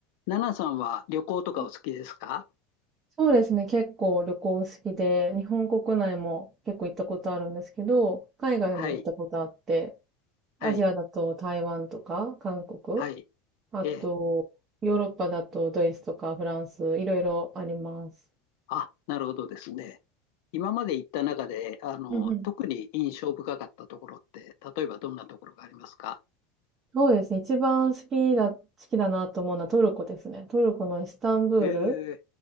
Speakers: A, on the left (about 65°); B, on the right (about 25°).
A: ナナさんは旅行とかお好きですか
B: うん、そうですね。結構旅行好きで、日本国内も結構行ったことあるんですけど、海外も行ったことあって、
A: はい、
B: アジアだと台湾とか韓国、
A: はい、はい。
B: あとヨーロッパだとドイツとかフランス、
A: ええ。
B: いろいろあります。
A: あ、なるほどですね。今まで行った中で、あの、
B: うんうん。
A: 特に印象深かったところって、例えばどんなところがありますか
B: そうですね。一番好きだ、好きだなと思うのはトルコですね。トルコのイスタンブール
A: ええ、